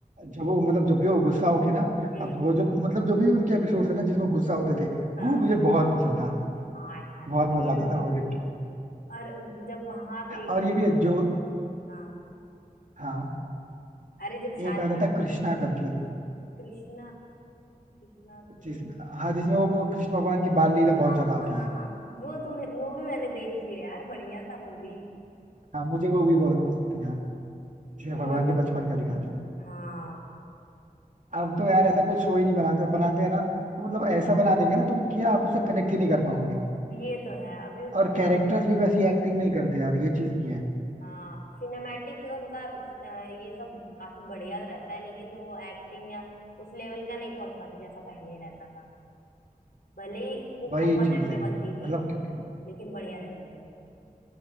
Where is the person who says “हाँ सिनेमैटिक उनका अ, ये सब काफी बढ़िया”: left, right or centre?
Left